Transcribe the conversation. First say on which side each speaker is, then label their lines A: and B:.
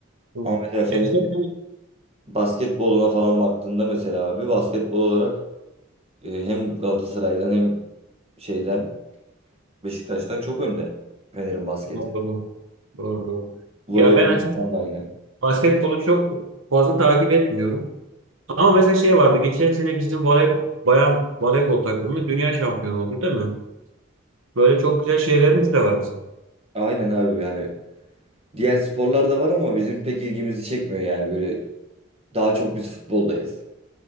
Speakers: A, on the right; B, on the right.
A: Hı.
B: Ama mesela Fener'in
A: Ya işte ben
B: basketboluna falan baktığında mesela abi basketbol olarak e, hem Galatasaray'dan hem şeyden Beşiktaş'tan çok önde Fener'in basketi.
A: Doğru. Doğru.
B: Voleybol
A: Ya ben açık
B: falan da aynı.
A: basketbolu çok fazla takip etmiyorum. Ama mesela şey vardı. Geçen sene bizim voley, bayan voleybol takımı dünya şampiyonu oldu değil mi? Böyle çok güzel şeylerimiz de var bizim.
B: Aynen abi yani diğer sporlar da var ama bizim pek ilgimizi çekmiyor yani böyle Daha çok biz futboldayız.